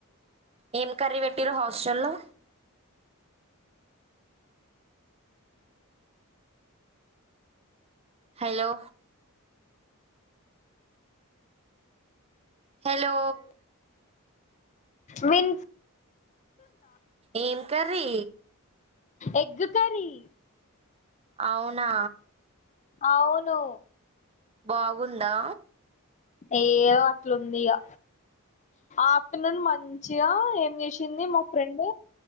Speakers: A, on the right; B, on the left.
A: ఏం కర్రీ పెట్టిరు హాస్టల్ లో హలో హలో
B: విన్
A: ఏం కర్రీ
B: ఎగ్ కర్రీ
A: అవునా
B: అవును
A: బాగుందా
B: ఏయో అట్లుంది ఇక ఆఫ్టర్నూన్ మంచిగా ఏం చేసింది మా ఫ్రెండ్